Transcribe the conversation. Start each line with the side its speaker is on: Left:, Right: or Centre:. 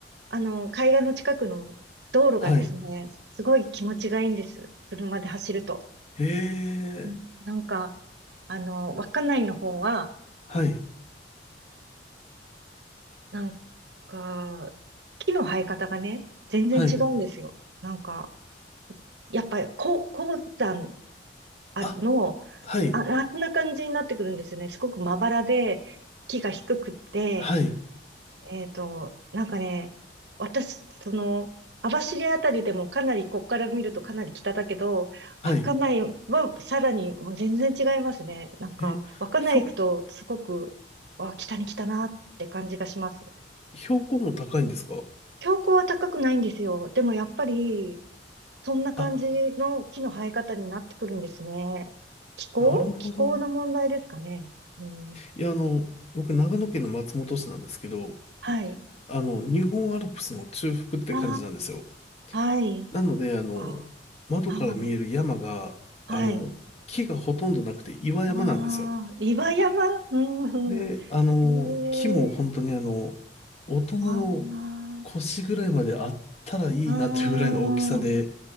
Right: あの、海岸の近くの道路がですね、
Left: はい。
Right: すごい気持ちがいいんです。車で走ると。
Left: ええ
Right: うんなんか、あの、稚内の方は、
Left: はい。
Right: なんか、木の生え方がね、全然違うんですよ。
Left: はい。
Right: なんか、やっぱり、こう、鉱山あの、
Left: あ、はい。
Right: あ、あんな感じになってくるんですよね。すごくまばらで、木が低くって、
Left: はい。
Right: えっと、なんかね、私、その、網走あたりでもかなり、こっから見るとかなり北だけど、
Left: はい。
Right: 稚内はさらにもう全然違いますね。なんか、
Left: え、
Right: 稚内行くとすごく、
Left: 標、
Right: わ、北に来たなって感じがします。
Left: 標高も高いんですか
Right: 標高は高くないんですよ。でもやっぱり、そんな感じの木の生え方になってくるんですね。
Left: あ、
Right: 気候気候の問題ですかね。
Left: なるほど。
Right: うん、
Left: いや、あの、僕、長野県の松本市なんですけど、
Right: はい。
Left: あの、日本アルプスの中腹って感じなんですよ。
Right: ああ、はい。
Left: なので、あの、
Right: あ、
Left: 窓から見える山が、
Right: あー、はい。
Left: あの、木がほとんどなくて岩山なんですよ。
Right: ああ、岩山うんう
Left: で、あの、
Right: ん。
Left: 木も本当にあの、
Right: ええ
Left: 大人の
Right: あ
Left: 腰ぐらいまであったらいいなっていうぐらいの大きさで、
Right: あ、ああ、